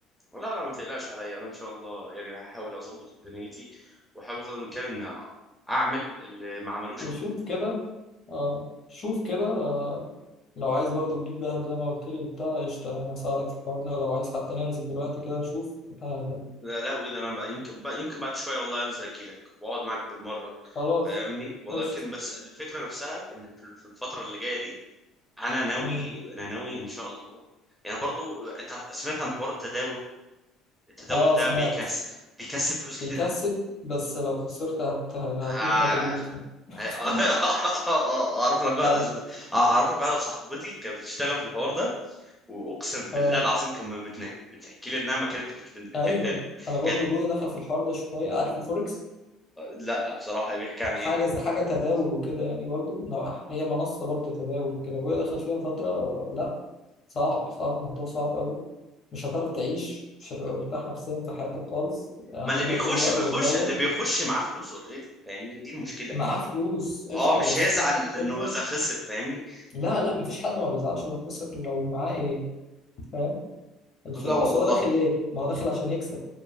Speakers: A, in the centre; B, on the left (about 35°).
A: لا لا ما تقلقش عليا انا ان شاء الله يعني هحاول اظبط دنيتي واحاول قدر الامكان ان اعمل اللي ما عملوش
B: وشوف
A: ابويا
B: كده اه شوف كده آه لو عايز برضو تجيب دهب زي ما قلت لي وبتاع قشطه انا هساعدك في الحوار ده لو عايز حتى ننزل دلوقتي كده نشوف تعالى
A: لا لهوي ده انا بقى يمكن بقى يمكن بعد شويه والله انزل اجيلك واقعد معاك بالمره
B: خلاص
A: فاهمني ولكن
B: قشطه
A: بس الفكره نفسها ان في في الفتره اللي جايه دي انا ناوي
B: مم.
A: انا ناوي ان شاء الله يعني برضو انت سمعت عن حوار التداول التداول
B: اه
A: ده
B: سمعت
A: بيكسب بيكسب فلوس كتير
B: بيكسب
A: قوي
B: بس لو خسرت هت... هتموت
A: آه،
B: مجلوط يعني
A: <laughs>
B: <laughs>
A: آه، اعرف لك واحده
B: اه
A: ز- اعرف لك واحده صاحبتي كانت بتشتغل في الحوار ده واقسم بالله
B: اه
A: العظيم كان ما بتنام بتحكي لي انها ما كانت بت... بت-
B: ايوه
A: كانت كانت
B: انا برضو
A: كانت-
B: ابويا دخل في الحوار ده شويه عارف الفوركس
A: لا بصراحه بيحكي عن
B: حاجه
A: ايه ده
B: حاجه تداول وكده يعني برضو نوع- هي منصه برضو تداول وكده ابويا دخل فيها فتره لا صعب صعب الموضوع صعب قوي مش هتعرف تعيش مش هتبقى مرتاح نفسيا في حياتك خالص هتفضل
A: ما اللي بيخش
B: طول الوقت
A: بيخش
B: بتدور
A: اللي بيخش معاه فلوس اوريدي فاهمني دي المشكله
B: معاه فلوس قشطه
A: اه مش
B: بس
A: هيزعل
B: انت الفكره
A: انه اذا خسر فاهمني
B: لا لا مفيش حد ما بيزعلش لو خسر لو معاه ايه فاهم الفل
A: لا والله
B: اصل هو داخل ليه ما هو داخل عشان يكسب